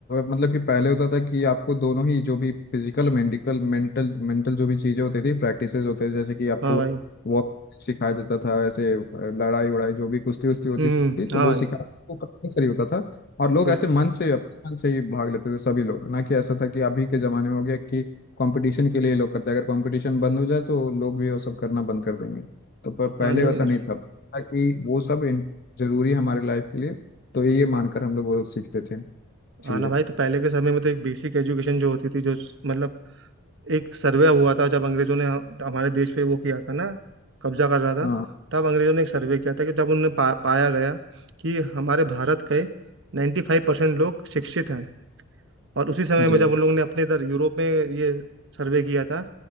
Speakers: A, on the left; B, on the right.
A: मतलब कि पहले होता था कि आपको दोनों ही जो भी फिजिकल मेडिकल मेंटल मेंटल जो भी चीज़ें होती थी प्रैक्टिसेस होते थे जैसे कि आपको
B: हाँ भाई
A: वॉर सिखाया जाता था ऐसे लड़ाई वड़ाई जो भी कुश्ती उश्ती होती
B: हम्म
A: थी तो
B: हाँ
A: वो
B: भाई
A: सिखा वो कंपल्सरी होता था और लोग
B: बिल्कुल
A: ऐसे मन से अपने मन से ही भाग लेते थे सभी लोग ना कि ऐसा था कि अभी के ज़माने में हो गया कि कंपटीशन के लिए लोग करते हैं अगर कंपटीशन बंद हो जाए तो लोग भी वो सब करना बंद कर देंगे तो पर पहले
B: हाँ नहीं
A: वैसा नहीं था था कि वो सब इन- जरूरी है हमारे लाइफ के लिए तो ये मानकर हम लोग वो सीखते थे चीजें
B: हाँ ना भाई तो पहले के समय में तो एक बेसिक एजुकेशन जो होती थी जो मतलब एक सर्वे हुआ था जब अंग्रेजों ने हमारे देश पे वो किया था ना कब्जा कर रहा था
A: हाँ
B: तब अंग्रेजों ने एक सर्वे किया था कि जब उन्हें पा, पाया गया कि हमारे भारत के 95% परसेंट लोग शिक्षित हैं और उसी समय
A: जी
B: में जब उन लोगों ने अपने इधर यूरोप में ये सर्वे किया था